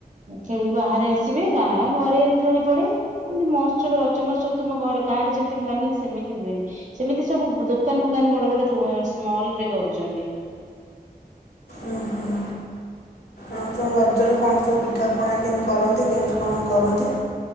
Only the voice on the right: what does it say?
ଖେଳିକି ବାହାରେ ଆସିବେ ଗାଁ ଘରେ ଏମିତି ଦୋଳି ପଡେ। ଏମିତି ମହତ୍ସବ ରଜ ମହତ୍ସବ ତୁମ ଘରେ ଗାଁ ରେ ଯେମିତି ପ୍ଲାନିଂ ସେମିତି ହୁଏନି। ସେମିତି ସଵୁ ଦୋକାନ ଫୋକାନ ବଡ ବଡ ଦୋ ସ୍ମଲରେ କରୁଛନ୍ତି।